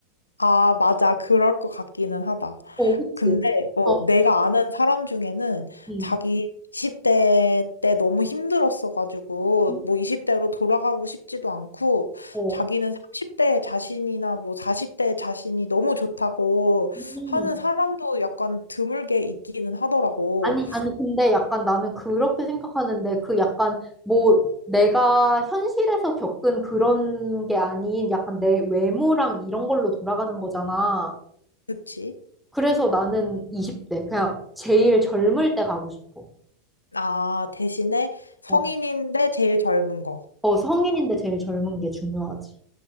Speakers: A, on the left (about 80°); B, in the centre.
A: 아, 맞아. 그럴 것 같기는 하다.
B: 어, 그치.
A: 근데 어,
B: 어,
A: 내가 아는 사람 중에는
B: 음,
A: 자기 20대 때 너무 힘들었어가지고
B: 음,
A: 뭐 20대로 돌아가고 싶지도 않고
B: 어.
A: 자기는 30대 자신이나 뭐 40대 자신이 너무 좋다고
B: 음.
A: 하는 사람도 약간 드물게 있기는 하더라고.
B: 아니, 아니, 근데 약간 나는 그렇게 생각하는데, 그 약간 뭐 내가 현실에서 겪은 그런 게 아닌 약간 내 외모랑 이런 걸로 돌아가는 거잖아.
A: 그치?
B: 그래서 나는 20대, 그냥 제일 젊을 때 가고 싶어.
A: 아, 대신에 성인인데
B: 어,
A: 제일 젊은 거.
B: 어 성인인데 제일 젊은 게 중요하지.